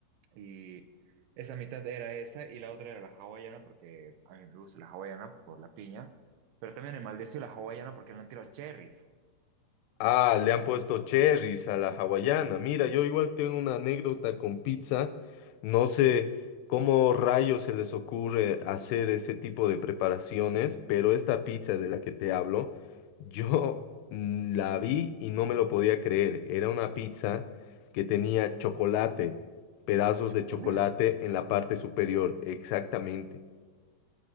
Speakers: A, on the right; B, on the left.
A: y esa mitad era esa y la otra era la hawaiana, porque a mí me gusta la hawaiana por la piña, pero también he maldecido la hawaiana porque le han tirado cherries.
B: Ah, le han puesto cherries a la hawaiana. Mira, yo igual tengo una anécdota con pizza. No sé cómo rayos se les ocurre hacer ese tipo de preparaciones, pero esta pizza de la que te hablo, yo
A: Ujú.
B: mm, la vi y no me lo podía creer. Era una pizza que tenía chocolate, pedazos
A: Chocolate.
B: de chocolate en la parte superior, exactamente.